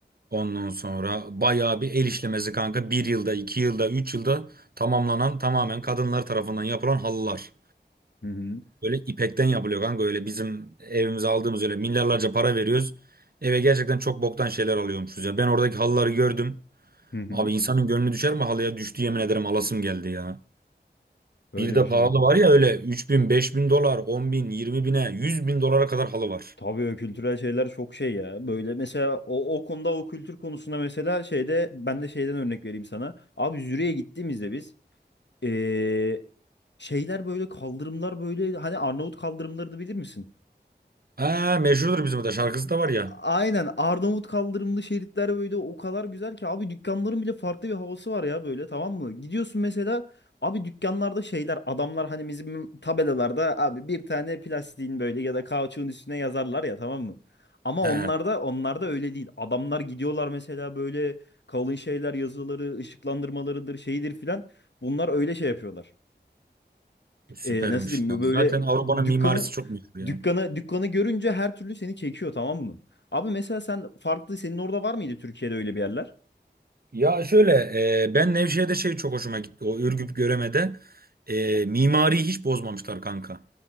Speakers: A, on the right (about 55°); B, on the left (about 75°).
A: Ondan sonra bayağı bir el işlemesi kanka. Bir yılda, iki yılda, üç yılda tamamlanan tamamen kadınlar tarafından yapılan halılar.
B: Hı hı.
A: Böyle ipekten yapılıyor kanka. Öyle bizim evimize aldığımız öyle milyarlarca para veriyoruz. Eve gerçekten çok boktan şeyler alıyormuşuz ya. Ben oradaki halıları gördüm.
B: Hı hı.
A: Abi insanın gönlü düşer mi halıya? Düştü yemin ederim alasım geldi ya.
B: Böyle
A: Bir de
B: bir şey
A: pahalı
B: olmadı.
A: var ya öyle üç bin beş bin dolar, 10 bin, 20 bine, 100 bin dolara kadar halı var.
B: Tabii o kültürel şeyler çok şey ya. Böyle mesela o, o konuda o kültür konusunda mesela şeyde ben de şeyden örnek vereyim sana. Abi Zürich'e gittiğimizde biz ee, şeyler böyle kaldırımlar böyle hani Arnavut kaldırımlarını bilir misin?
A: Ha, meşhurdur bizim de şarkısı da var ya.
B: aynen Arnavut kaldırımlı şeritler böyle o kadar güzel ki abi dükkanların bile farklı bir havası var ya böyle tamam mı? Gidiyorsun mesela abi dükkanlarda şeyler adamlar hani bizim tabelalarda abi bir tane plastiğin böyle ya da kauçuğun üstüne yazarlar ya tamam mı? Ama
A: He.
B: onlarda onlarda öyle değil. Adamlar gidiyorlar mesela böyle kalın şeyler yazıları, ışıklandırmalarıdır, şeydir filan. Bunlar öyle şey yapıyorlar
A: Süpermiş
B: e, nasıl diyeyim
A: ya. Zaten
B: böyle
A: Avrupa'nın
B: dükkanı
A: mimarisi çok meşhur ya.
B: dükkanı dükkanı görünce her türlü seni çekiyor tamam mı? Abi mesela sen farklı senin orada var mıydı Türkiye'de öyle bir yerler?
A: Ya şöyle e, ben Nevşehir'de şey çok hoşuma gitti. O Ürgüp Göreme'de e, mimariyi hiç bozmamışlar kanka.